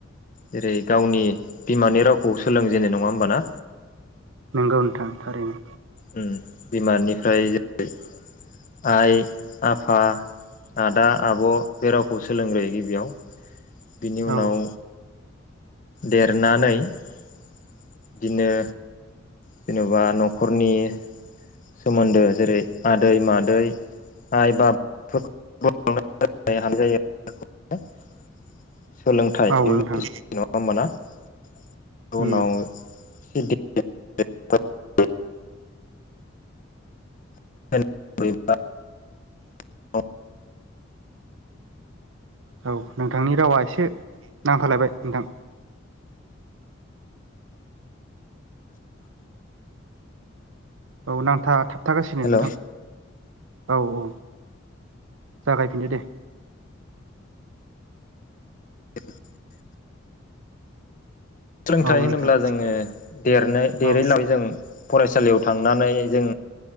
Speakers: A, on the left (about 40°); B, on the right (about 75°).
A: जेरै गावनि बिमानि रावखौ सोलोंजेनो नङा होमबा ना?
B: नंगौ नोंथां थारैनो
A: उम बिमानिफ्राय जेरै आइ आफा आदा आब' बे रावखौ सोलोंग्रोयो गिबियाव बिनि उनाव
B: औ
A: देरनानै बिदिनो जेनेबा न'खरनि सोमोन्दो जेरै आदै मादै आइ बाब <unintelligible> उनाव
B: औ नोंथां
A: <unintelligible>
B: उम
A: <unintelligible>
B: औ नोंथांनि रावा एसे नांथालायबाय नोंथां औ नांथा थाब थागासिनो
A: हेल'
B: नोंथां औ औ जागायफिनो दे।
A: <unintelligible> सोलोंथाइ
B: औ
A: होनोब्ला
B: नोंथां
A: जोङो देरनो देरैलाबायै
B: औ
A: जों फरायसालियाव थांनानै जों